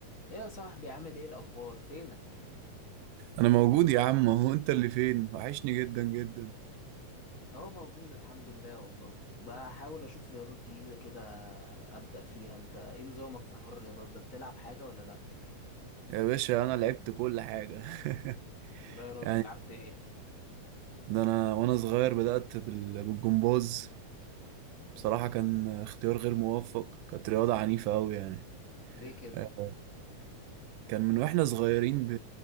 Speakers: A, on the left; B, on the right.
A: ايه يا صاحبي عامل ايه الاخبار فينك
B: انا موجود يا عم هو انت اللي فين وحشني جدا جدا
A: اهو موجود الحمد لله والله بحاول اشوف رياضات جديده كده ابدا فيها انت ايه نظامك في حوار الرياضات ده بتلعب حاجه ولا لا
B: يا باشا انا لعبت كل حاجه <laughs>
A: لا يا راجل
B: يعني
A: لعبت ايه
B: ده انا وانا صغير بدات بال- بالجمباز بصراحه كان اختيار غير موفق كانت رياضه عنيفه قوي يعني
A: ليه كده
B: آه، كان من واحنا صغيرين ب...